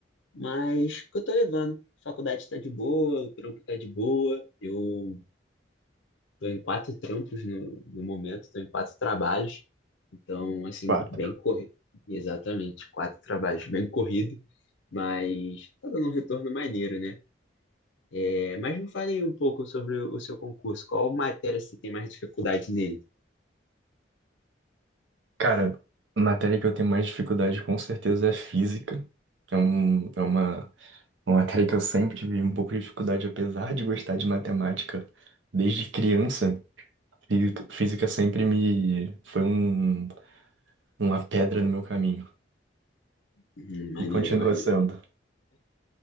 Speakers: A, on the left; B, on the right.
A: Mas que eu tô levando. A faculdade tá de boa, o trampo tá de boa. Eu tô em quatro trampos no, no momento, tô em quatro trabalhos. Então, assim,
B: Claro.
A: bem corrido. Exatamente, quatro trabalhos, bem corrido. Mas tá dando um retorno maneiro, né? É, mas me fale aí um pouco sobre o seu concurso. Qual matéria você tem mais dificuldade nele?
B: Cara, a matéria que eu tenho mais dificuldade com certeza é física. É, um, é uma, uma matéria que eu sempre tive um pouco de dificuldade, apesar de gostar de matemática desde criança. E física sempre me foi um, uma pedra no meu caminho.
A: Hum, maneiro,
B: E continua
A: maneiro.
B: sendo.